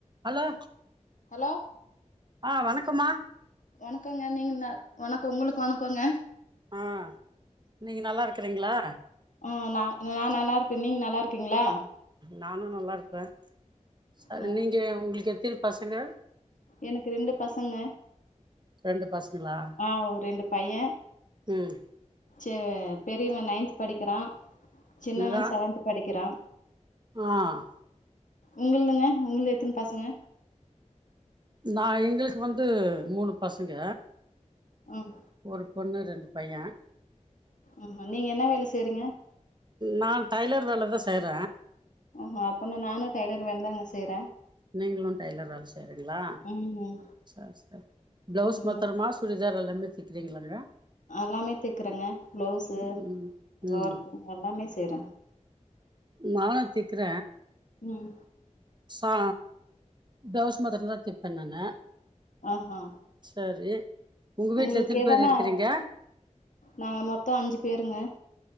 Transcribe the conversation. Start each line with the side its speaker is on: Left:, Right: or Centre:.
Right: hello
Left: hello
Right: ஆ வணக்கமா
Left: வணக்கோங்க நீங்க நல் வணக்கம் உங்களுக்கு வணக்கோங்க
Right: ஆ நீங்க நல்லா இருக்கிறீங்ளா
Left: ம் நா நல்லா இருக்க நீங்க நல்லாிருக்கீங்ளா
Right: நானு நல்லா இருக்கே சரி
Left: ஆ
Right: நீங்க உங்களுக்கு எத்தினி பசங்க
Left: எனக்கு ரொண்டு பசங்க
Right: ரெண்டு பசங்களா
Left: ஆ ரெண்டு பைய
Right: ம்
Left: ச்சே பெரியவே நைன்த் படிக்கிறா சின்னவே
Right: இதா
Left: செவன்த் படிக்கிறா
Right: ஆ
Left: உங்கள்துங்க உங்கள்து எத்தினு பசங்க
Right: நா எங்களுக்கு வந்து மூணு பசங்க
Left: ம்
Right: ஒரு பொண்ணு ரண்டு பையன்
Left: ம்ஹூ நீங்க என்ன வேல செய்றிங்க
Right: நா டைலர் வேல தா செய்ற
Left: ம்ஹூ அப்பனா நானு டைலர் வேலதாங்க செய்ற
Right: நீங்களும் டைலர் வேல செய்றிங்கிளா
Left: ம்
Right: சரி சரி பிளவுஸ்
Left: ம்
Right: மத்தரமா சுடிதார் எல்லாமே தைக்கறீங்களாங்க
Left: அல்லாமே தைக்கறங்க பிளவுஸு
Right: ம் ம்
Left: ஒர்க்கு எல்லாமே செய்ற
Right: மொவன திக்கிற
Left: ம்
Right: ச பிளவுஸ் மாத்தர தா தப்பே நானு
Left: ஆஹா
Right: செரி உங்க வீட்ல
Left: உங்களுக்கு
Right: எத்தினி
Left: எதனா
Right: பேர் இருக்கிறீங்க
Left: நாங்க மொத்தம் அஞ்சி பேருங்க